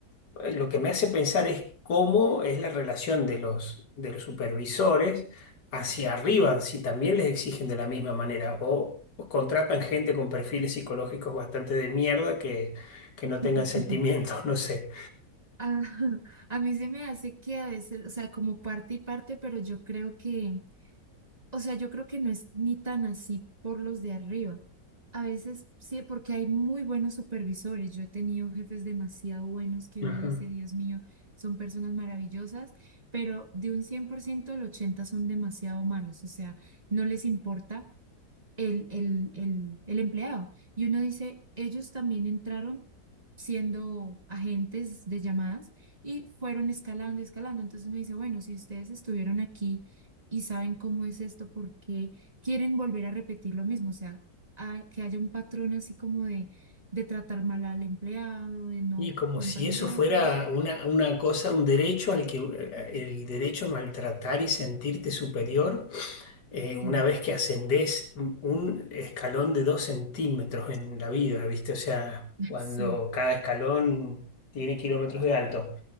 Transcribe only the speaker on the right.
<laughs>
Ah, <laughs> a mí se me hace que a veces, o sea, como parte y parte, pero yo creo que... O sea, yo creo que no es ni tan así por los de arriba. A veces sí, porque hay muy buenos supervisores. Yo he tenido jefes demasiado buenos que
uno dice, Dios mío, son personas maravillosas, pero de un 100% el 80 son demasiado malos. O sea, no les importa el, el, el, el empleado. Y uno dice, ellos también entraron siendo agentes de llamadas y fueron escalando, escalando. Entonces uno dice, bueno, si ustedes estuvieron aquí y saben cómo es esto, ¿por qué quieren volver a repetir lo mismo? O sea, a- que haya un patrón así como de, de tratar mal al empleado, de no
comprenderlo.
Sí,
<laughs>
sí,